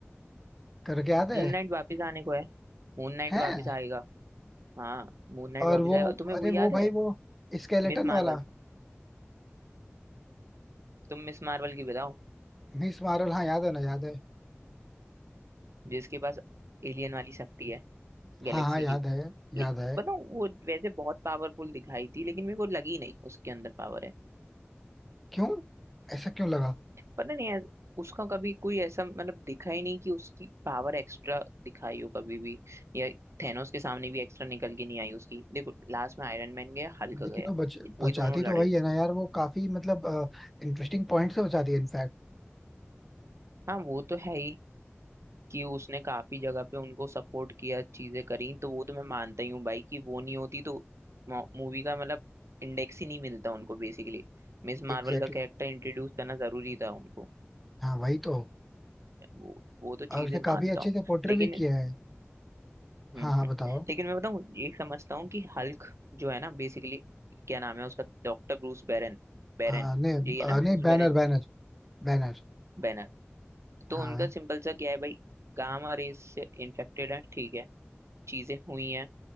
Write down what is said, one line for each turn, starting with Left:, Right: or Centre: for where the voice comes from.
Centre: करके याद है
Right: मून नाइट वापिस आने को है मून नाइट
Centre: हैं
Right: वापिस आएगा हाँ मून नाइट
Centre: और
Right: वापिस
Centre: वो
Right: आएगा और तुम्हें
Centre: अरे
Right: वो याद
Centre: वो भाई
Right: है
Centre: वो स्केलेटन
Right: मिस मार्वल
Centre: वाला
Right: तुम मिस मार्वल की बताओ
Centre: Miss Marvel हाँ याद है ना याद है
Right: जिसके पास एलियन वाली शक्ति है गैलेक्सी
Centre: हाँ हाँ याद
Right: की
Centre: है याद
Right: लेकिन
Centre: है
Right: बताओ वो वैसे बहुत पावरफुल दिखाई थी लेकिन मेरे को लगी नहीं उसके अंदर पावर है
Centre: क्यों ऐसा क्यों लगा
Right: पता नहीं यार उसका कभी कोई ऐसा मतलब दिखा ही नहीं कि उसकी पावर एक्स्ट्रा दिखाई हो कभी भी या थेनोस के सामने भी एक्स्ट्रा निकल के नहीं आई उसकी देखो लास्ट में आयरन मैन गया हल्क गया
Centre: लेकिन वो बच,
Right: वही
Centre: बचाती
Right: दोनों लड़े
Centre: तो वही
Right: उससे
Centre: है ना यार वो काफी मतलब इंटरेस्टिंग पॉइंट से बचाती है इनफैक्ट
Right: हाँ वो तो है ही कि उसने काफी जगह पे उनको सपोर्ट किया चीजें करी तो वो तो मैं मानता ही हूँ भाई कि वो नहीं होती तो मूवी का मतलब इंडेक्स ही नहीं मिलता उनको बेसिकली मिस मार्वल
Centre: Exactly
Right: का कैरेक्टर
Centre: exactly.
Right: इंट्रोड्यूस करना जरूरी था उनको
Centre: हाँ वही तो
Right: वो वो तो
Centre: और
Right: चीजें
Centre: उसने काफी
Right: मानता
Centre: अच्छे
Right: हूँ
Centre: से पोर्ट्रे
Right: लेकिन
Centre: भी किया है
Right: हम्म,
Centre: हाँ हाँ
Right: हम्म।
Centre: बताओ
Right: लेकिन मैं बताऊँ ये समझता हूँ कि हल्क जो है ना बेसिकली क्या नाम है उसका डॉक्टर ब्रूस बैरन बैरन
Centre: हाँ नहीं
Right: यही है
Centre: अ,
Right: ना ब्रूस
Centre: नहीं बैनर
Right: बैरन
Centre: बैनर बैनर
Right: बैनर
Centre: हाँ
Right: तो उनका सिंपल सा क्या है भाई गामा रेस से इन्फेक्टेड है ठीक है चीजें हुई हैं